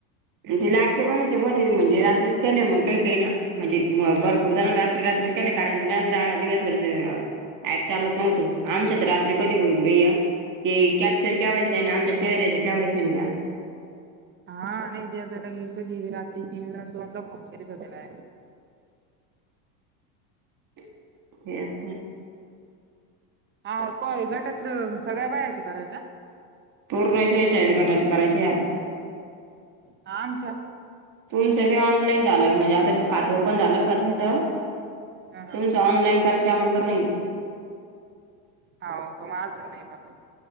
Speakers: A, on the right (about 40°); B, on the right (about 25°).
A: ते लाडके बहिणा मध्ये म्हणजे रात्रीत केल्या मग काही काही ना म्हणजे भरपूर जाण रात्री रात्री नाही कारण <inaudible> दिज दिवसभर ॲप चालत नव्हतं आमच्या तर रात्री कधी होईल बाई या. ते केॅप्चर केवायसी आमच्या चेहर च केवायसी नि या.
B: हा ते लगे आणि ते आता ले कधी रात्री तीन लाआन दोन ला फॉम भरीत होत्याना.
A: तेच.
B: हा काय गटातलं सगळ्या बायाचं करायचं?
A: पूर्ण गटाचे करायचे आम्हाला.
B: हा आमच्या
A: तुमचं बी ऑनलाईन झालं. म्हणजे आता खात ओपन झालं का तुमचं?
B: हा
A: तुमचं ऑनलाईन करायच्या <unintelligible>
B: हाऊ का? माझं नाही बघ.